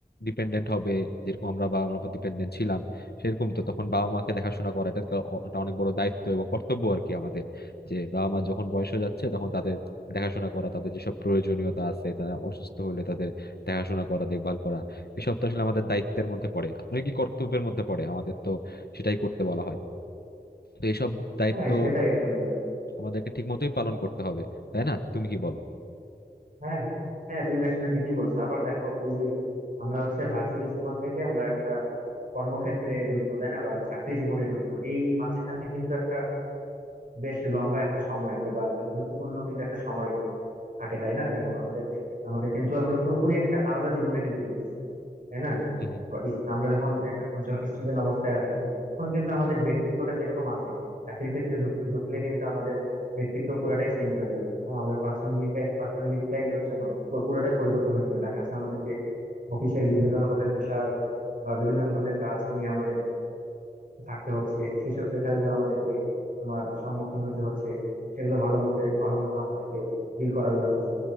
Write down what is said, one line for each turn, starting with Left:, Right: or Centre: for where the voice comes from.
Left: ডিপেন্ডেন্ট হবে যেরকম আমরা বাবা মার উপর ডিপেন্ডেন্ট ছিলাম সেরকম তো তখন বাবা মাকে দেখাশোনা করা এটা তো অ- একটা অনেক বড় দায়িত্ব এবং কর্তব্য আর কি আমাদের যে বাবা মা যখন বয়স হয়ে যাচ্ছে তখন তাদের দেখাশোনা করা তাদের যেসব প্রয়োজনীয়তা আছে তারা অসুস্থ হলে তাদের দেখাশোনা করা দেখভাল করা এসব তো আসলে আমাদের দায়িত্বের মধ্যে পড়ে অনেক কি কর্তব্যের মধ্যে পড়ে আমাদের তো সেটাই করতে বলা হয় তো এসব দায়িত্ব
Right: হ্যাঁ সেটাই আসলে ব্যাপার।
Left: আমাদেরকে ঠিক মতোই পালন করতে হবে তাই না তুমি কি বলো
Right: হ্যাঁ হ্যাঁ তুমি আসলে ঠিকই বলছো আবার দেখো এই যে আমরা হচ্ছে ভার্সিটি জীবন থেকে আমরা একটা কর্মক্ষেত্রে ঢুকবো তাই না বা চাকরি জীবনে ঢুকবো এই মাঝখানে কিন্তু একটা বেশ লম্বা একটা সময় আছে বা একটা গুরুত্বপূর্ণ কিন্তু একটা সময় থাকে তাই না দেখো আমাদের আমাদের কিন্তু আমরা পুরোপুরি একটা আলাদা জীবনে কিন্তু ঢুকছি তাই না
Left: হুম হুম
Right: তো ইস- আমরা যখন আহ, এখন যখন স্টুডেন্ট অবস্থায় আছি তখন কিন্তু আমাদের ব্যক্তিত্বটা যেরকম আছে চাকরির ক্ষেত্রে ঢুক- ঢুকলে কিন্তু আমাদের ব্যক্তিত্ব পুরাটাই চেঞ্জ হয়ে যাবে কারণ আমাদের পার্সোনালিটি পার্সোনালিটিটাই হচ্ছে মতো- পু- পুরোটাই পরিবর্তন হয়ে যাবে দেখা যাচ্ছে আমাদেরকে অফিসের বিভিন্ন রকমের প্রেশার বা বিভিন্ন রকমের কাজ নিয়ে আমাদের থাকতে হচ্ছে সেসব প্রেশার গুলো আমাদেরকে তোমার সম্মুখীন হইতে হচ্ছে সেগুলো ভালো মতে ভালো মতো আমাদেরকে ডিল করার লাগতেছে